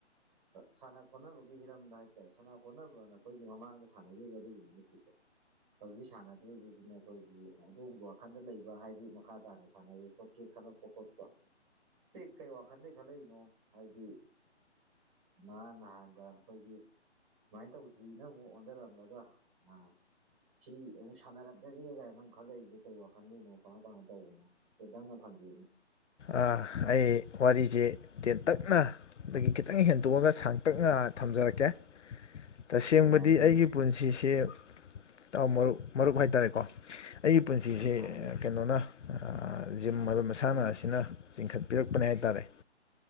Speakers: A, on the right; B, on the left.
A: ꯁꯥꯟꯅ ꯈꯣꯠꯅꯕꯒꯤ ꯍꯤꯔꯝꯗ ꯍꯥꯏꯇꯥꯔꯦ ꯁꯥꯟꯅ ꯈꯣꯠꯅꯕꯅ ꯑꯩꯈꯣꯏꯒꯤ ꯃꯃꯥꯡꯗ ꯁꯥꯟꯅꯈꯤꯕ ꯑꯗꯨꯒꯤ ꯅꯨꯃꯤꯠꯇꯤꯀꯣ ꯍꯧꯖꯤꯛ ꯁꯥꯟꯅꯗ꯭ꯔꯤꯒꯤꯁꯤꯅ ꯑꯩꯈꯣꯏꯒꯤ ꯑꯗꯣꯝꯒꯤ ꯋꯥꯈꯟꯗ ꯂꯩꯕ ꯍꯥꯏꯗꯤ ꯃꯈꯥ ꯇꯥꯅ ꯁꯥꯟꯅꯔꯤ <unintelligible> ꯈꯣꯠꯀꯦ ꯈꯜꯂꯛꯄ ꯈꯣꯠꯄ ꯁꯤ ꯀꯩ ꯋꯥꯈꯟꯗꯒꯤ ꯈꯜꯂꯛꯏꯅꯣ ꯍꯥꯏꯗꯤ ꯉꯍꯥꯟ ꯅꯍꯥꯟꯒ ꯑꯩꯈꯣꯏꯒꯤ ꯁꯨꯃꯥꯏꯅ ꯇꯧꯁꯤꯅ ꯑꯃꯨꯛ ꯑꯣꯟꯊꯔꯝꯂꯒ ꯑꯥ ꯁꯤ ꯑꯃꯨꯛ ꯁꯥꯟꯅꯔꯛꯑꯒꯦ ꯀꯥꯏꯅ ꯑꯃꯨꯛ ꯈꯜꯂꯛꯏꯁꯦ ꯀꯩ ꯋꯥꯈꯟꯗꯩꯅꯣ ꯀꯃꯥꯏ ꯀꯃꯥꯏꯅ ꯇꯧꯕꯅꯣ ꯆꯦꯗꯥꯪꯅ ꯊꯪꯗꯅꯤ
B: ꯑꯥ ꯑꯩ ꯋꯥꯔꯤꯖꯦ ꯇꯦꯟꯇꯛꯅ ꯗꯒꯤ ꯈꯤꯇꯪ ꯍꯦꯟꯇꯣꯛꯑꯒ ꯁꯥꯡꯇꯛꯅ ꯊꯝꯖꯔꯛꯀꯦ ꯇꯁꯦꯡꯕꯗꯤ
A: ꯌꯥꯅꯤ ꯌꯥꯅꯤ
B: ꯑꯩꯒꯤ ꯄꯨꯟꯁꯤꯁꯦ ꯏꯇꯥꯎ ꯃꯔꯨꯞ ꯃꯔꯨꯞ ꯍꯥꯏꯇꯔꯦꯀꯣ ꯑꯩꯒꯤ ꯄꯨꯟꯁꯤꯁꯤ
A: ꯉꯥꯏꯍꯥꯛ ꯂꯩꯌꯨ
B: ꯀꯩꯅꯣꯅ ꯖꯤꯝ ꯍꯥꯏꯕ ꯃꯁꯥꯟꯅ ꯑꯁꯤꯅ ꯆꯤꯡꯈꯠꯄꯤꯔꯛꯄꯅꯦ ꯍꯥꯏꯇꯥꯔꯦ